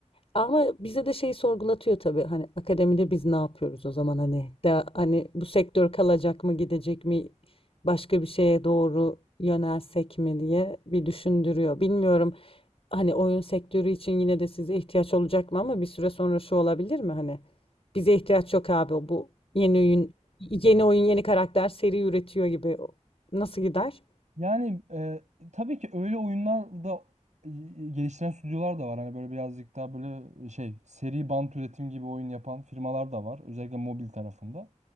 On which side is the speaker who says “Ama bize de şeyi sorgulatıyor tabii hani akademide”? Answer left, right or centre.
Left